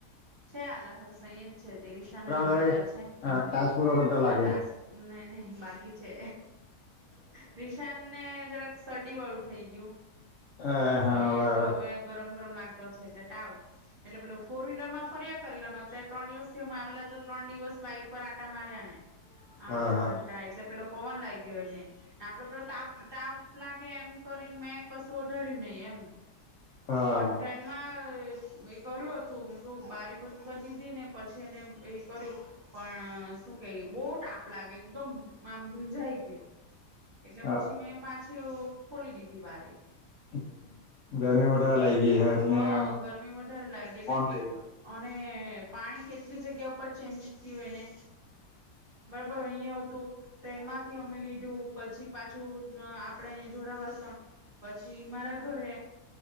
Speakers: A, on the right; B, on the left.
A: છે આલાહર સ જ છે તે રિશાને રમાટા
B: કરે
A: છે
B: હા ટાસ્ક પૂરો કરતા લાગે
A: તાસ નહી નહી બાકી છે વિશ ન જરાક શરડી વાળું થઈ ગયું
B: હ હા
A: ને
B: વા
A: હવે ગરમ લાગતો એટલે ટાવ એટલે પે ફોર વ્હીલર માં ફરી કરે અત્યારે ત્રણ દિવસ થીમાં આવેલા તો ત્રણ દિવસ બાઈક પર આટા માર્યા ને
B: હા
A: આટાટા
B: હા
A: એટલે પેલો પોવાન લાગ્યો હોયને તાપ તાપ લાગે એમ કરીને મેં કશું ઓઢાડ્યું નહી એમ
B: હા
A: અને ટ્રેન માં એ કર્યું હતું મેં ક બારી બંધ કરી દીધી ને પછી એને એ કર્યું પણ શું કે બોટ આપ લાગે એકદમ આમ ભીંજાઈ ગયો એટલે પછી
B: હા
A: મેં પાછી ખોલી દીધી બારી
B: હમ હ ગરમી ઓા લાગ ગઈ છે એટલેન
A: હા ગરમી વધારે લાગી એટલે
B: લઈ ગયો
A: અને પાણી કેટલી જગ્યા પરર ચેન્જ થયું એને બરોબર અહીં હતું ટ્રેન માંથી અમે લીધું પછી પાછું આપણેે અહીયા જોરા વાસણ પછી મારા ઘરે